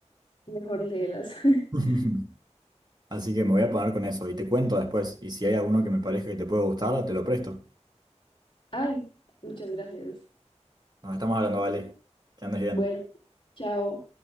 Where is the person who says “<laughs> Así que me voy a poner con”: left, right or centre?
Right